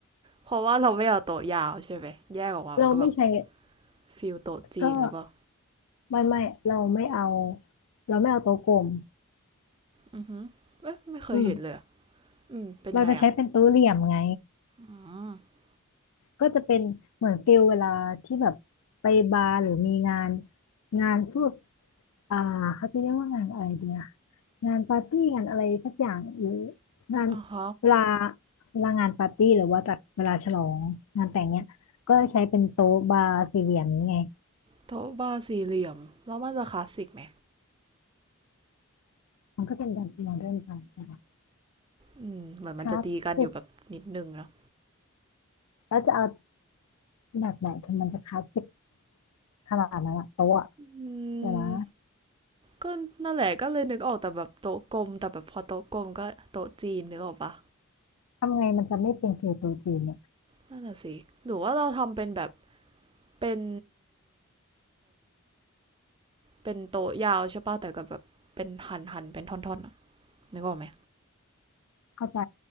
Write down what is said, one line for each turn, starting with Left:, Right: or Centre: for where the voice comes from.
Right: เพราะว่าเราไม่เอาโต๊ะยาวใช่ไหมแยกออกมามันก็แบบ
Left: เราไม่ใช้
Right: ฟิลโต๊ะจีนหรือเปล่า
Left: ก็ไม่ไม่เราไม่เอาเราไม่เอาโต๊ะกลม
Right: อือฮึเอ๊ะไม่เคยเห็นเลย
Left: อืม
Right: อืมเป็นไงอ่ะ
Left: เราจะใช้เป็นโต๊ะเหลี่ยมไง
Right: อืม
Left: ก็จะเป็นเหมือนฟิลเวลาที่แบบไปบาร์หรือมีงานงานพวกอ่าเขาจะเรียกว่างานอะไรดีอะ งานปาร์ตี้งานอะไรสักอย่างหรืองาน
Right: อ่ะฮ
Left: เวลาเวลางานปาร์ตี้หรือว่าจัดเวลาฉลองงานแต่งเนี้ยก็ใช้เป็นโต๊ะบาร์สี่เหลี่ยมนี้ไง
Right: โต๊ะบาร์สี่เหลี่ยมแล้วมันจะคลาสสิกไหม
Left: มันก็เป็นการโมเดิร์นไปนะคะ
Right: อืมเหมือนมันจะตีกันอยู่แบบนิดนึงเนาะ
Left: คลาสสิกแล้วจะเอาแบบไหนถึงมันจะคลาสสิกขนาดนั้นอะโต๊ะอะ
Right: อื
Left: เดี๋ยวนะ
Right: มก็นั่นแหละก็เลยนึกออกแต่แบบโต๊ะกลมแต่แบบพอโต๊ะกลมก็โต๊ะจีนนึกออกปะ
Left: ทำไงมันจะไม่เป็นคือโต๊ะจีนเนี่ย
Right: นั่นน่ะสิหรือว่าเราทำเป็นแบบเป็นเป็นโต๊ะยาวใช่ปะแต่ก็แบบเป็นหันหันเป็นท่อนๆอนึกออกไหม
Left: เข้าใจ